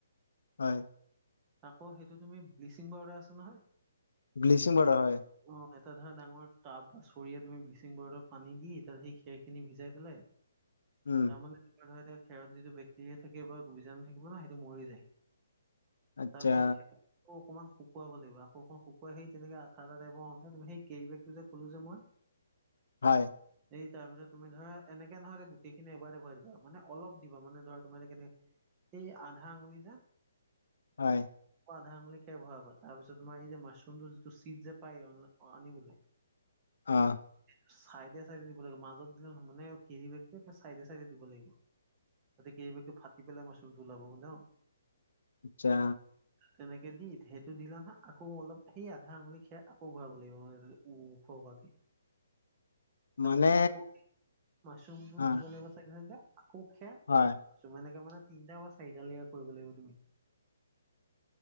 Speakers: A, on the left; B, on the right.
A: হয়।
B: আকৌ সেইটো তুমি ব্লিচিং, পাউদাৰ আছে নহয়।
A: ব্লিচিং পাউাৰ, হয়।
B: অ এটা ধৰা ডাঙৰ টাব বা চৰিয়া তুমি ব্লিচিং পাউডাৰত, পানী দি তাত সেই খেৰ খিনি ভিজাই থলে
A: উম
B: তাৰমানে খেৰত, যিটো বেক্টেৰিয়া। থাকিব বা বীজাণু, থাকিব ন সেইটো মৰি যায়
A: আচ্ছা
B: তাৰপিছত অকণমান শুকুৱাব লাগিব আকৌকণ শুকুৱাই সেই তেনেকে আঠা আঠ টাইপৰ হওঁতেু সেই কেৰিবেগটো যে ক'লো যে মই <inaudible>
A: হয়।
B: এই তাৰপিছত তুমি ধৰা এনেকে নহয় যে, গোটেই খিনি এাৰ এটা ভৰা দিবা মানে অলপ দিবানে ধৰা তোমাৰএই কিনে আধা আঙুলি যা।
A: হয়।
B: আধা আঙুলি, খাই ভৰাবা তাৰ পিছত তোমাৰ এই যে মাছৰুমটো, যিটো চি যে পায় আনিবলৈ। <unintelligible>
A: অ
B: চাইডে চাইডে দিব লাগিব মাজতনায় মানে কেৰি বেগ চাইডে চাইডে দিব লাগিব। কেৰি বেগটো ফাটি পেলাই মাচৰুম, টো ওলাব ন।
A: আচ্ছা।
B: তেনেকে দি সেইটো দিলা নহয় আকৌ অলপ সেই আধা আঙুলি খাই আকৌ ভৰাব লাগিব মানে। কবাত- তাৰ
A: মানে
B: পিছত আকৌ মাছৰুমতো,
A: অ
B: দিব লাগিব চাগ আকৌ খেৰ
A: হয়।
B: কিছুমানে মাৰ এনেকে মানে তিনিটা বা চাৰিট লৈকে কৰিব লাগিব তুমি